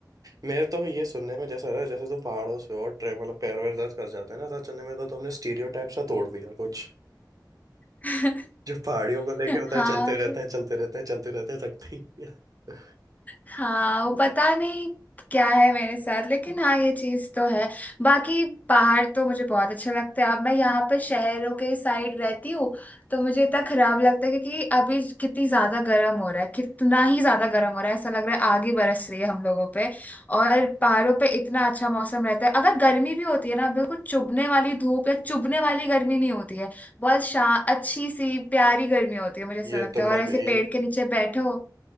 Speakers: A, on the right; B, on the left.
A: मेरे तो ये सुनने में जैसा रहा जैसे तुम पहाड़ों से हो और ट्रे मतलब पैर वैर दर्द कर जाते हैं ना ऐसा चलने में तो तुमने स्टीरियोटाइप सा तोड़ दिया कुछ
B: <laughs>
A: जो पहाड़ियों को लेके होता
B: हाँ
A: है चलते रहते
B: <laughs> तो
A: हैं चलते रहते हैं चलते रहते हैं थकते ही नहीं हैं।
B: हाँ वो पता नहीं क्या है मेरे साथ लेकिन हाँ ये चीज तो है बाकी पहाड़ तो मुझे बहुत अच्छे लगते हैं अब मैं यहाँ पे शहरों के साइड रहती हूँ तो मुझे इतना खराब लगता है क्योंकि अभी कितनी ज्यादा गर्म हो रहा है कितना ही ज्यादा गर्म हो रहा है ऐसा लग रहा है आग ही बरस रही है हम लोगों पे और पहाड़ों पे इतना अच्छा मौसम रहता है अगर गर्मी भी होती है ना बिल्कुल चुभने वाली धूप या चुभने वाली गर्मी नहीं होती है बहुत शा अच्छी सी प्यारी गर्मी होती है मुझे ऐसा
A: ये
B: लगता
A: तो मैंने
B: है और ऐसे
A: ये
B: पेड़ के नीचे बैठो